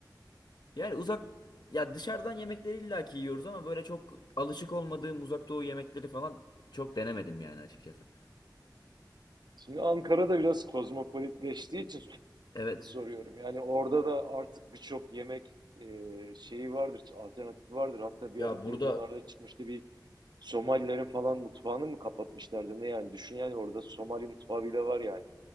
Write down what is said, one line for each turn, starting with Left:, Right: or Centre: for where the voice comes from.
Left: yani uzak ya dışarıdan yemekleri illaki yiyoruz ama böyle çok alışık olmadığım uzak doğu yemekleri falan çok denemedim yani açıkçası.
Right: Şimdi Ankara'da biraz kozmopolitleştiği için
Left: Evet.
Right: soruyorum. Yani orada da artık birçok yemek e, şeyi vardır, alternatifi vardır. Hatta bir
Left: Ya
Right: ara televizyonlarda
Left: burada
Right: çıkmıştı bir Somalilerin falan mutfağını mı kapatmışlardı ne yani? Düşün yani orada Somali mutfağı bile var yani.